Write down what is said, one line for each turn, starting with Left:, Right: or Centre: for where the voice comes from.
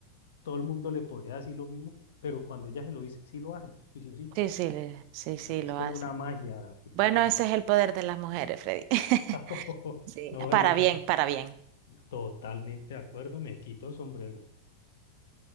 Left: todo el mundo le podría decir lo mismo, pero cuando ella se lo dice, sí lo hacen, juiciositos.
Right: Sí, sí, le- sí, sí,
Left: Es
Right: lo
Left: como
Right: hace.
Left: una magia que tienen.
Right: Bueno, ese es el poder de las mujeres, Freddy. <laughs>
Left: <laughs>
Right: Sí,
Left: No, se
Right: para
Left: lo-
Right: bien,
Left: no,
Right: para bien.
Left: totalmente de acuerdo, me quito el sombrero.